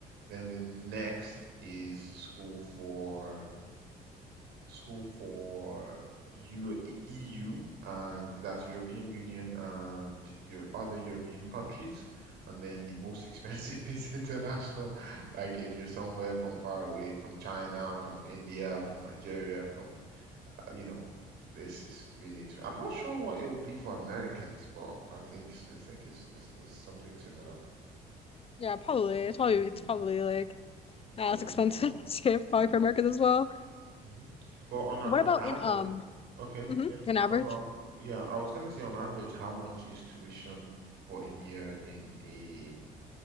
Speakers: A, on the right (about 80°); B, on the left (about 35°).
A: then the next is school for School for U EU, and that's European
B: hmm.
A: Union and your other European countries. And then the most expensive <laughs> is international. Like if you're somewhere from far away, from China, from India, from Nigeria, from, you know, this is really expensive. I'm not sure what it will be for Americans, but I think I think it's it's, it's something similar.
B: Yeah, probably. It's probably
A: Mm,
B: it's probably like
A: you
B: as
A: probably
B: expensive
A: pay a lot.
B: <laughs> as
A: Yeah.
B: probably for Americans as well.
A: hmm But on a,
B: What
A: on
B: about
A: average,
B: in um
A: Okay,
B: mm-hmm,
A: yeah.
B: in average?
A: No, no. I'm- Yeah, I was gonna say on average, how much is tuition for a year in a,